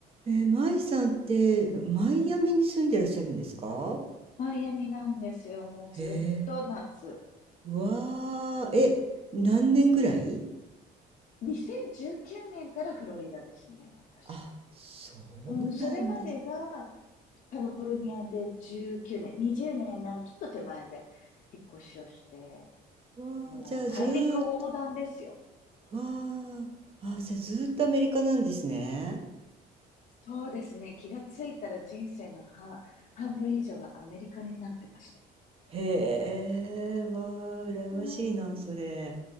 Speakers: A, on the right (about 35°); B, on the left (about 50°).
A: えー、マイさんって、マイアミに住んでらっしゃるんですか
B: マイアミなんですよ。もうずっと夏。
A: へえ、うわー、え、何年ぐらい
B: 2019年からフロリダですね、私は。
A: あ、そうなんです。
B: うん、それまでがカリフォルニアで19年、20年になるちょっと手前で引っ越しをして、
A: わー、
B: もう大陸横断ですよ。
A: じゃあずーっと、わー、あ、じゃあずーっとアメリカなんですね。
B: そうですね、気がついたら人生の半、半分以上がアメリカになってました。
A: へえ、わあ、羨ましいな、
B: うん、
A: それ。